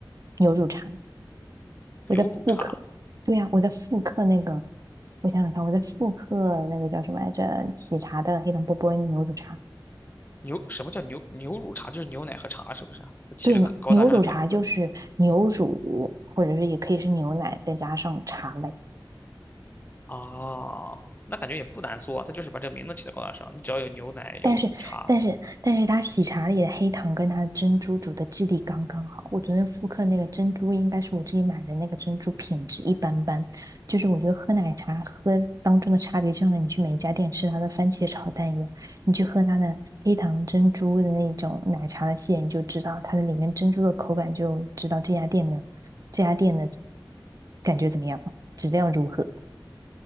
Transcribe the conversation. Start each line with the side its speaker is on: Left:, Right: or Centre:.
Right: 牛乳茶。
Left: 牛乳茶，
Right: 我在复刻，对呀、我在复刻那个，我想想看，我在复刻那个叫什么来着？喜茶的黑糖波波牛乳茶。
Left: 牛什么叫牛牛乳茶？就是牛奶和茶，是不是啊？它起了个很高大上的名字
Right: 对，牛乳茶就是牛乳，或者是也可以是牛奶，再加上茶类。
Left: 啊，那感觉也不难做啊，它就是把这个名字起的高大上，你只要有牛奶有茶。
Right: 但是，但是，但是它喜茶里的黑糖跟它的珍珠煮的质地刚刚好。我昨天复刻那个珍珠，应该是我自己买的那个珍珠，品质一般般。就是我觉得喝奶茶喝当中的差别，就像你去每一家店吃它的番茄炒蛋一样，你去喝它的黑糖珍珠的那种奶茶的馅，你就知道它的里面珍珠的口感，就知道这家店的这家店的感觉怎么样，质量如何。